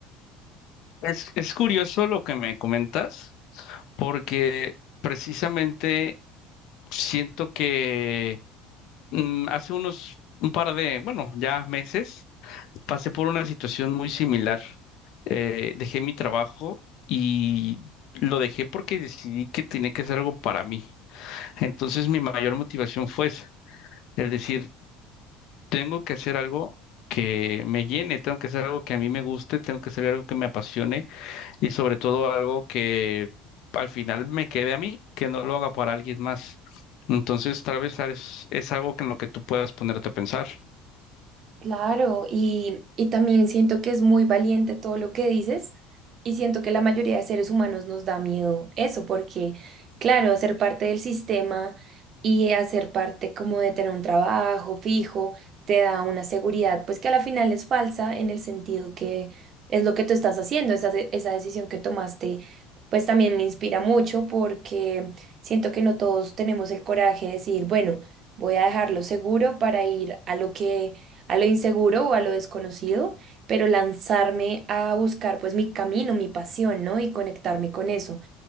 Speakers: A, on the left; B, on the right.
A: Es, es curioso lo que me comentas, porque precisamente siento que mm, hace unos un par de, bueno, ya meses, pasé por una situación muy similar. Eh, dejé mi trabajo y lo dejé porque decidí que tenía que hacer algo para mí. Entonces mi mayor motivación fue esa, el decir, tengo que hacer algo que me llene, tengo que hacer algo que a mí me guste, tengo que hacer algo que me apasione y sobre todo algo que al final me quede a mí, que no lo haga para alguien más. Entonces tal vez es, es algo que en lo que tú puedas ponerte a pensar.
B: Claro, y, y también siento que es muy valiente todo lo que dices y siento que la mayoría de seres humanos nos da miedo eso, porque claro, ser parte del sistema y hacer parte como de tener un trabajo fijo te da una seguridad, pues que a la final es falsa en el sentido que es lo que tú estás haciendo, esa, de- esa decisión que tomaste, pues también me inspira mucho porque siento que no todos tenemos el coraje de decir, bueno, voy a dejarlo seguro para ir a lo que a lo inseguro o a lo desconocido, pero lanzarme a buscar pues mi camino, mi pasión, ¿no? Y conectarme con eso.